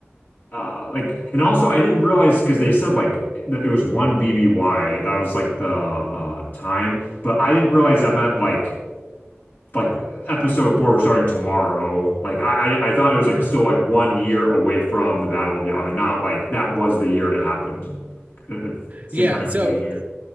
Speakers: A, on the left; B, on the right.
A: uh like and also I didn't realize because they said like that it was one BBY. That was like the uh time, but I didn't realize that meant like like episode four we're starting tomorrow like I, I i thought it was like
B: mhm.
A: still like one year away from the battle of yavin not like that was the year it happened it, it seemed
B: Yeah,
A: kind of
B: so
A: confusing